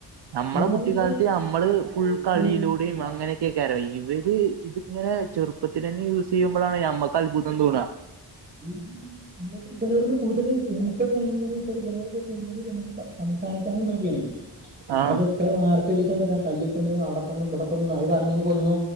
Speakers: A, on the right; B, on the right.
A: നമ്മളെ
B: ഒന്നാമത്
A: കുട്ടിക്കാലത്ത് നമ്മള് ഫുൾ ക്കളിയിലും
B: പിന്നെ
A: കുടിം അങ്ങനൊക്കെയ്ക്കാരം ഇവര് ഇത്ങ്ങനെ ചെറുപ്പത്തിലെന്നെ യൂസ് ചെയ്യുമ്പോഴാണ് നമ്മക്ക് ൻക്ക് അൽഭുതം തോന്നാ
B: എവ്ടെണ് നമുക്ക് ഇവലോടുന്ന് കൂടുതൽ കഴിഞ്ഞച്ചാ ഇവലോട് കൂടുതൽ സംസാരിക്കാനും പാടിയാണ് അതാ
A: ആ
B: പ്പൊ എത്രെ വാർത്ത ഒരുസം വര്ന് തല്ലിക്കൊന്നു അവ്ടെ കൊന്നു ഇബടെ കൊന്നു അത് പറഞീന് കൊന്നു